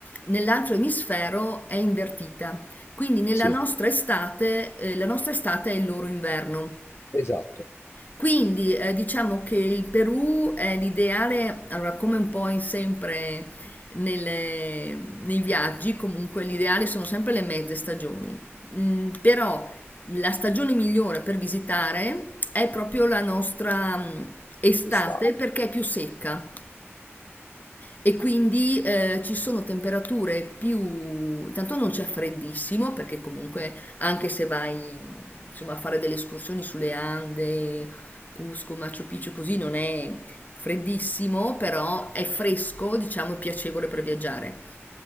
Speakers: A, on the left; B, on the left.
A: nell'altro emisfero è invertita, quindi nella
B: sì.
A: nostra estate, eh, la nostra estate è il loro inverno.
B: Esatto,
A: Quindi eh, diciamo che il Perù è l'ideale, allora come un po' in sempre nelle- nei viaggi, comunque l'ideale sono sempre le mezze stagioni. Mm, però la stagione migliore per visitare è proprio la nostra mm, estate
B: quest'anno.
A: perché è più secca. E quindi eh, ci sono temperature più... Tanto non c'è freddissimo perché comunque anche se vai insomma, a fare delle escursioni sulle Ande, Cusco, Machu Picchu, così non è freddissimo, però è fresco, diciamo, e piacevole per viaggiare.